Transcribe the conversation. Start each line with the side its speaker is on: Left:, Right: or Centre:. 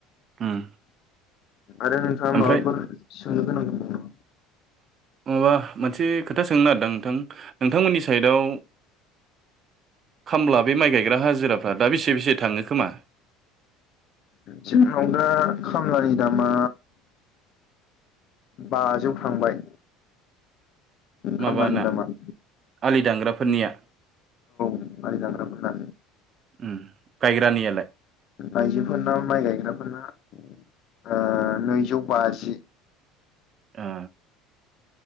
Right: उम
Left: आरो नोंथाङा
Right: ओमफ्राय
Left: माबाफोर सोंनो गोनां
Right: नङाबा मोनसे खोथा सोंनो नागिरदां नोंथां नोंथांमोननि साइदआव खामला बे माइ गायग्रा हाजिरा दा बेसे बेसे थाङो खोमा?
Left: जोंनाव दा खामलानि दामा बाजौ थांबाय खामानि
Right: माबाना
Left: दामानि।
Right: आलि दांग्राफोरनिया
Left: माइ जाग्राफोरना।
Right: उम गायग्रानियालाय
Left: आइजोफोरनााव माइ गायग्राफोरना ओ नैजौ बाजि
Right: ए